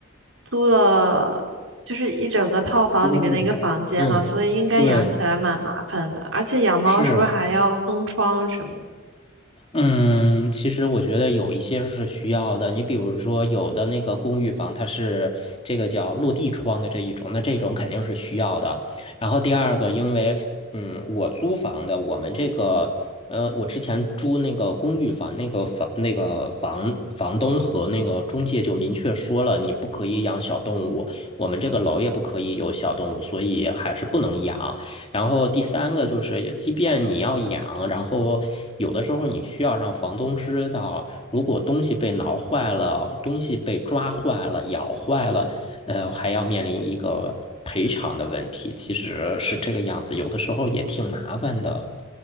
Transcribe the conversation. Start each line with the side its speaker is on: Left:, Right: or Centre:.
Right: 租了，就是一整个套房里面的一个房间嘛，
Left: 公寓。嗯，
Right: 所以应该养起来蛮麻烦的。
Left: 对，
Right: 而且养猫是不是还要封窗什么？
Left: 是。嗯，其实我觉得有一些是需要的。你比如说，有的那个公寓房，它是这个叫落地窗的这一种，那这种肯定是需要的。然后第二个，因为嗯，我租房的，我们这个呃，我之前租那个公寓房，那个房那个房房东和那个中介就明确说了，你不可以养小动物，我们这个楼也不可以有小动物，所以还是不能养。然后第三个就是，即便你要养，然后有的时候你需要让房东知道，如果东西被挠坏了，东西被抓坏了、咬坏了，呃，还要面临一个赔偿的问题，其实是这个样子，有的时候也挺麻烦的。